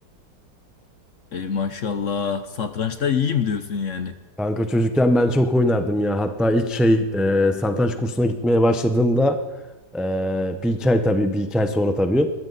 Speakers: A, on the left; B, in the centre.
A: Ey maşallah. Satrançta iyiyim diyorsun yani.
B: Kanka çocukken ben çok oynardım ya. Hatta ilk şey e, satranç kursuna gitmeye başladığımda e, bir iki ay tabii bir iki ay sonra tabii